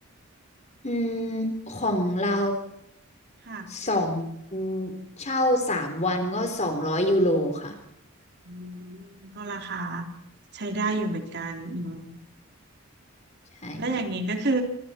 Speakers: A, on the left; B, on the right.
A: อืมของเรา
B: ค่ะ
A: สองคนเช่าสามวันก็สองร้อยยูโรค่ะ
B: อืมก็ราคาใช้ได้อยู่เหมือนกันอืม
A: ใช่
B: แล้วอย่างนี้ก็คือ